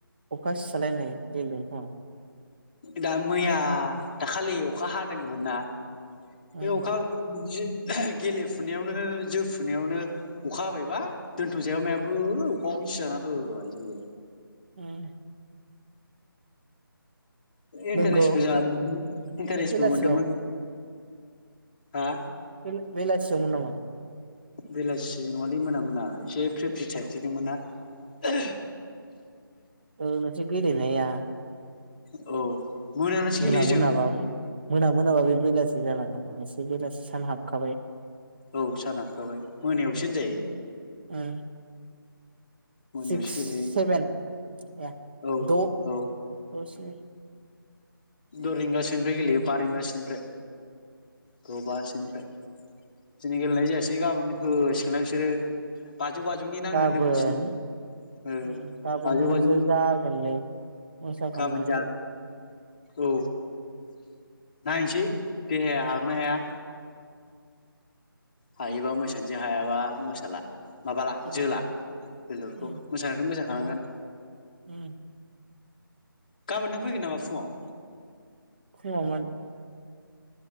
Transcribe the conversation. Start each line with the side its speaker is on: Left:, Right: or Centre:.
Right: अखा सिजालायनाय गेलेदों खोमा
Left: दा मैया दाखालि अखा हादोंमोन ना।
Right: उम
Left: बे अखा ओ जि गेलेफुनायावनो जोफुनायावनो अखा हाबायबा दोन्थ'जायाबो मायाबो ओ अखाखौनो सिजाना होबाय जोंबो।
Right: उम।
Left: इन्टारेस्टबो
Right: नोंगौ
Left: जादोंमोन इन्टारेस्टबो
Right: बेलासियाव
Left: मोनदोंमोन। हा
Right: बेला बेलासेयाव मोन नामा?
Left: बेलासि नङालै मोना मोना एसे फ्रि फ्रि थाइफ्रिदोंमोन ना ।
Right: ओ नोंसोर गेलेनाया
Left: औ। मोनानासो
Right: मोना
Left: गेलेयो
Right: मोना
Left: जों
Right: बाबो मोना मोनाबा बे बेलासि बिना लानांगो नोंसोर बेलासि सान हाबखाबाय
Left: औ सानहाबखाबाय मोनायावसो होनजायो।
Right: ओं।
Left: मोनायावसो
Right: सिक्स
Left: गेलेयो
Right: सेभेन या
Left: औ
Right: द'
Left: औ
Right: ओ स्नि
Left: द' रिंगासोनिफ्राय गेलेयो बा रिंगासोनिफ्राय। द' बा सिनिफ्राय। दिनि गेलेनाय जायासै गाबोन होलाय सिगोनलाय बिसोरो। बाजौ बाजौनि नांनो
Right: गाबोन
Left: होन्दोंमोन दिनै ओ
Right: उम गाबोनथ'
Left: बाजौ बाजौनि
Right: नोंसोर जागोनलै मोसा
Left: गाबोन
Right: खांनानै
Left: जा औ। नायसै। देहाया हागोना
Right: उम
Left: हाया। हायोबा मोसानोसै हायाबा मोसाला। माबाला
Right: उम
Left: जोला जोलुरखौ
Right: उम
Left: मोसानायाथ' मोसा खानांगोन।
Right: उम
Left: गाबोन नों फैगोन नामा फुङाव?
Right: फुङाव मानो?